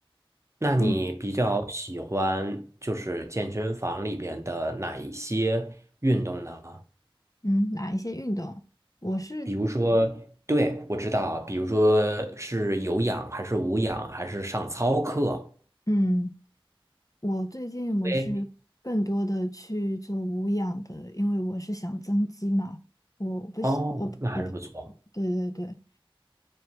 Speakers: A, on the right; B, on the left.
A: 那你比较喜欢就是健身房里边的哪一些运动呢？
B: 跟嗯哪一些运动。我是
A: 比如说，对，我知道，比如说是有氧还是无氧，还是上操课，
B: 嗯，我最近我是更多的去做无氧的，
A: 对，
B: 因为我是想增肌嘛，我不喜我不我不
A: 哦，那还是不错，
B: 对对对，